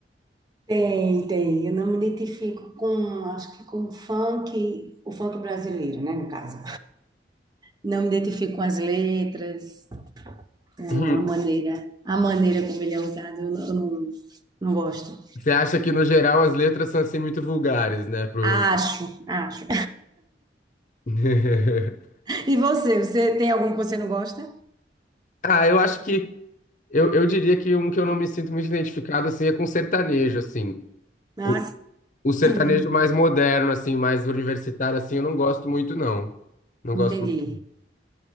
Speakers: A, on the right; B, on the left.
A: Tem, tem. Eu não me identifico com, acho que com o funk, o funk brasileiro, né, no caso. Não me identifico com as letras, com
B: <laughs>
A: a maneira, a maneira como ele é usado, eu não, eu não, não gosto.
B: Você acha que, no geral, as letras são, assim, muito vulgares, né? Provavelmente.
A: Acho, acho.
B: <laughs>
A: <laughs> E você, você tem algum que você não gosta?
B: Ah, eu acho que Eu, eu diria que um que eu não me sinto muito identificado, assim, é com sertanejo, assim.
A: Ah,
B: O, o sertanejo
A: sim,
B: mais moderno, assim, mais universitário, assim, eu não gosto muito, não. Não gosto
A: Entendi.
B: muito.